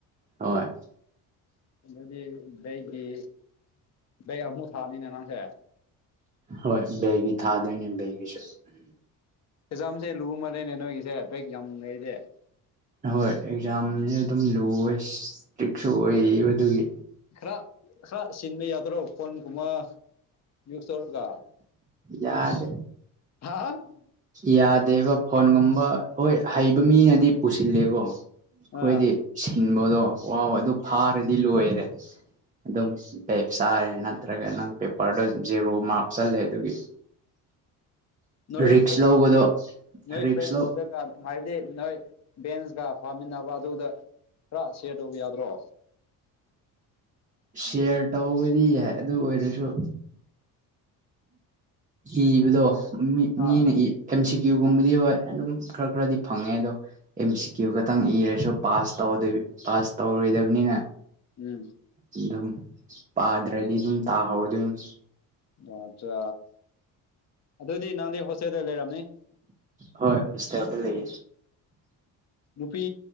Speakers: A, on the right; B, on the left.
A: ꯍꯣꯏ
B: ꯑꯗꯨꯗꯤ ꯕꯦꯛ ꯒꯤ ꯕꯦꯛ ꯑꯃꯨꯛ ꯊꯥꯅꯤꯅ ꯅꯥꯥꯡꯁꯦ
A: ꯍꯣꯏ ꯕꯦꯒꯤ ꯊꯥꯗꯣꯏꯅꯦ ꯕꯦꯒꯤꯁꯨ
B: ꯑꯦꯛꯖꯥꯝꯁꯦ ꯂꯨꯃꯜꯂꯦꯅꯦ ꯅꯣꯏꯒꯤꯁꯦ ꯕꯦꯛ ꯌꯥꯝ ꯂꯩꯔꯦ
A: ꯍꯣꯏ ꯑꯦꯛꯖꯥꯝꯁꯨꯦ ꯑꯗꯨꯝ ꯂꯨꯦ ꯏꯁꯇ꯭ꯔꯤꯛꯁꯨ ꯑꯣꯏꯌꯦꯕꯗꯨꯒꯤ
B: ꯈꯔ ꯈꯔ ꯁꯤꯟꯕ ꯌꯥꯗꯣꯏꯔꯣ ꯐꯣꯟꯒꯨꯝꯕ ꯌꯨꯁ ꯇꯧꯔꯒ
A: ꯌꯥꯗ
B: ꯍꯥꯥ
A: ꯌꯥꯗꯦꯕ ꯐꯣꯟꯒꯨꯝꯕ ꯍꯣꯏ ꯍꯩꯕ ꯃꯤꯅꯗꯤ ꯄꯨꯁꯤꯜꯂꯦꯀꯣ ꯑꯩꯈꯣꯏꯗꯤ
B: ꯑꯥ
A: ꯁꯤꯟꯕꯗꯣ ꯋꯥꯕ ꯑꯗꯨ ꯐꯥꯔꯗꯤ ꯂꯣꯏꯔꯦ ꯑꯗꯨꯝ ꯕꯦꯛ ꯆꯥꯔꯦ ꯅꯠꯇ꯭ꯔꯒ ꯅꯪ ꯄꯦꯄꯔꯗ ꯖꯦꯔꯣ ꯃꯥꯔꯛ ꯆꯜꯂꯦ ꯑꯗꯨꯒꯤ
B: ꯅꯣꯏ
A: ꯔꯤꯛꯁ
B: ꯐ꯭ꯔꯦꯟ
A: ꯂꯧꯕꯗꯣ
B: ꯅꯣꯏ
A: ꯔꯤꯛꯁ
B: ꯐ꯭ꯔꯦꯟ
A: ꯂꯧ
B: ꯑꯗ ꯍꯥꯏꯕꯗꯤ ꯅꯣꯏ ꯕꯦꯟꯁꯀ ꯐꯥꯃꯤꯟꯅꯕ ꯑꯗꯨꯗ ꯈꯔ ꯁꯤꯌꯔ ꯇꯧꯕ ꯌꯥꯗ꯭ꯔꯣ
A: ꯁꯤꯌꯥꯔ ꯇꯧꯕꯗꯤ ꯌꯥꯏ ꯑꯗꯨ ꯑꯣꯏꯔꯁꯨ ꯏꯕꯗꯣ ꯃꯤ
B: ꯑꯥ
A: ꯃꯤꯅ ꯏ ꯑꯦꯝ ꯁꯤ ꯀ꯭ꯌꯨꯒꯨꯝꯕꯗꯤ ꯍꯣꯏ ꯑꯗꯨꯝ ꯈꯔ ꯈꯔꯗꯤ ꯐꯪꯉꯦ ꯑꯗꯣ ꯑꯦꯝ ꯁꯤ ꯀ꯭ꯌꯨ ꯈꯛꯇꯪ ꯏꯔꯁꯨ ꯄꯥꯁ ꯇꯧ ꯄꯥꯁ ꯇꯧꯔꯣꯏꯗꯕꯅꯤꯅ
B: ꯎꯝ
A: ꯑꯗꯨꯝ ꯄꯥꯗ꯭ꯔꯗꯤ ꯑꯗꯨꯝ ꯇꯥꯍꯧꯗꯣꯏꯅꯤ
B: ꯑꯣ ꯑꯠꯆꯥ ꯑꯗꯨꯗꯤ ꯅꯪꯗꯤ ꯍꯣꯁꯇꯦꯜꯗ ꯂꯩꯔꯝꯅꯤ
A: ꯍꯣꯏ ꯍꯣꯁꯇꯦꯜꯗ ꯂꯩ
B: ꯅꯨꯄꯤ